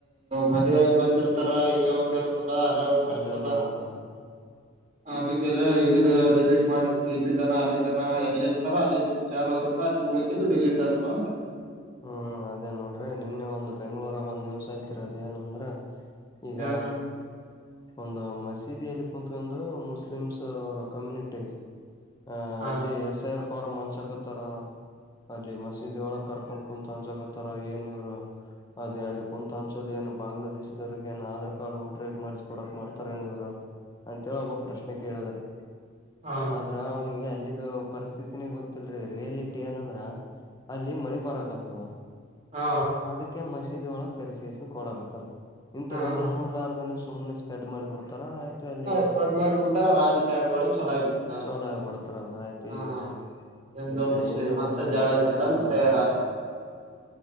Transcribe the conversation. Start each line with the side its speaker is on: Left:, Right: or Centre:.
Right: ಮದ್ವೀಯಾಗಿ ಬಂದಿರ್ತಾರ ಇಲ್ಲೇ ಒಂದ್ ಇರ್ತದ ಅಲ್ಲೇ ಒಂದ್
Left: ಅಲ್ಲಿ
Right: ಇರ್ತದ.
Left: ಒಂದಿರ್ತದ
Right: ಅದಕ್ಕೆಲ್ಲ ಇಲ್ಲಿ ಡಿಲೀಟ್ ಮಾಡಿಸಿ ಇಲ್ಲಿದನ ಅಲ್ಲಿದನ ಎಲ್ಲಿ ಇರ್ತಾರ ಅಲ್ಲಿ ಚಾಲುವರು. ಅಲ್ಲಿ ಉಳಕಿದು ಡಿಲೇಟ್ ಆಗ್ತಾವ ಅಂತ.
Left: ಹ್ಮ್ ಅದೇ ನೋಡ್ರಿ ನಿನ್ನೆ ಒಂದ್ ಬೆಂಗ್ಳೂರಾಗ ಒಂದ್ ನ್ಯೂಸ್ ಆಯ್ತಿರಿ ಅದೇಏನಂದ್ರ. ಈಗ
Right: ಏನ್
Left: ಒಂದು ಮಸೀದಿಲ್ಲಿ ಕುೂತ್ಕೊಂಡು ಮುಸ್ಲಿಮ್ಸ್ ಅವರ ಕಮ್ಯುನಿಟಿ. ಅಹ್
Right: ಹಾ
Left: ಅಲ್ಲಿ ಎಸ್ ಐ ಆರ್ ಫಾರ್ಮ್ ಹಂಚಕತಾರ ಅಲ್ಲಿ ಮಸೀದಿಳ ಕರ್ಕೊಂಡ. ಕುಂತ ಅನ್ಸಕ ಹತ್ತಾರ ಏನ್ ಇವ್ರು. ಅದೇ ಅಲ್ಲಿ ಕುಂತ ಹಂಚದೇನು ಬಾಂಗ್ಲಾದೇಶದವ್ರಿಗೆ ಏನ್ ಆಧಾರ್ ಕಾರ್ಡ್ ಓಟ ರೈಡಿ ಮಾಡಿಸ್ಕ ಕೊಡಕ್ ಮಾಡ್ತಾರೇನೀವ್ರು. ಅಂತೇಳಿ ಒಬ್ಬ ಪ್ರಶ್ನೆ ಕೇಳಿದಾರೆ
Right: ಹಾ
Left: ಆದ್ರ ಅವನಿಗೆ. ಅಲ್ಲಿದು ಪರಿಸ್ಥಿತಿನೇ ಗೊತ್ತಿಲ್ರಿ ರಿಯಾಲಟಿ ಏನಂದ್ರ ಅಲ್ಲಿ ಮಳಿ ಬರಕತದ.
Right: ಹಾ
Left: ಅದಕ್ಕೆ ಮಸೀದಿ ಒಳ ಕರೆಸಿ ಎಸಿನ ಕೊಡಕತ್ತಾರ ಇಂಥವೆಲ್ಲ
Right: ಹಾ
Left: ನೋಡ್ಲಾರ್ದನೇ. ಸುಮ್ಮನೆ ಸ್ಪೆಡ್ ಮಾಡಿ ಬಿಡ್ತಾರ. ಮತ್ತ ಅಲ್ಲಿ
Right: ಸ್ಪ್ರೆಡ್ ಮಾಡ್ಬಿಡ್ತಾರ ರಾಜಕಾರಣಿಗಳಿಗೆ ಚೊಲೋ ಆಗ್ಬಿಡ್ತ
Left: ಚಾಲು ಆಗ್ಬಿಡ್ತದ ಅದಾಯಿತು ಇದಾಯ್ತು
Right: ಹಾ
Left: ಇಲ್ಲಿ.
Right: ಹಿಂದೂ
Left: ಈ ಕಡೆ ಹಿಂದೂ ಮುಸ್ಲಿಂ
Right: ಜಗಳ
Left: ಅಂತ
Right: ಹಚ್ಚಿಡನ್
Left: ಹಚ್ಚಿ ಮಡೋದ.
Right: ತಯಾರ ಆಗ್ತಾರ